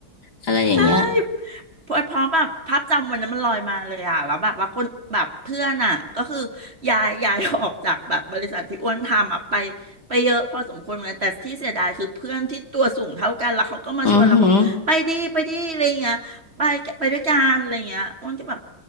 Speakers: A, on the left; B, on the right.
A: อะไรอย่างเงี้ย
B: ใช่ เพราะเพราะแบบภาพจำวันนั้นมันลอยมาเลยอ่ะแล้วแบบว่าคนแบบเพื่อนอ่ะก็คือย้ายย้ายออกจากแบบบริษัทที่อ้วนทำอ่ะไปไปเยอะพอสมควรเหมือนกันแต่ที่เสียดายคือเพื่อนที่ตัวสูงเท่ากันแล้วเขาก็มาชวนเราบอกไปดิไปดิอะไรเงี้ยไปไปด้วยกันอะไรเงี้ยอ้วนก็แบบ
A: อือหือ